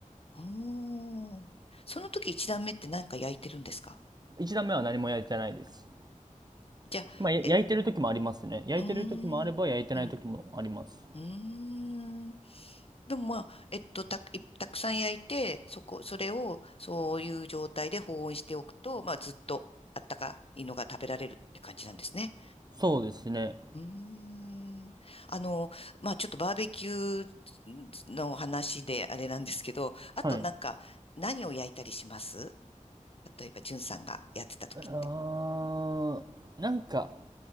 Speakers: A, on the left; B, on the right.
A: おー。その時一段目って何か焼いてるんですか
B: 一段目は何も焼いてないです。
A: じゃあ、
B: まあ、や焼いてる時もありますね。
A: え、
B: 焼いてる時もあれば、
A: うーん、
B: 焼いてない時もあります。
A: うん、うーん。でもまあ、えっと、た、いたくさん焼いて、そこ、それを、そういう状態で保温しておくと、まあ、ずっとあったかいのが食べられるって感じなんですね。
B: そうですね。
A: うーん。あの、まあ、ちょっとバーベキューの話であれなんですけど、あとなんか、
B: はい。
A: 何を焼いたりします例えば、じゅんさんがやってた時って。
B: あー、なんか、